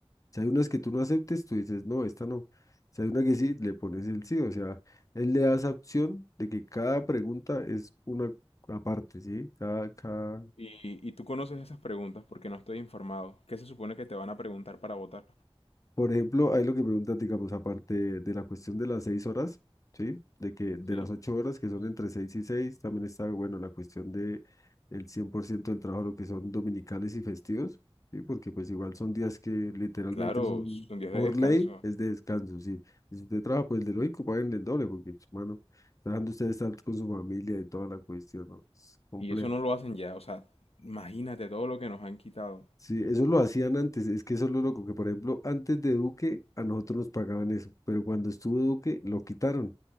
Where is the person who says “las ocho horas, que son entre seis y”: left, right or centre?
Left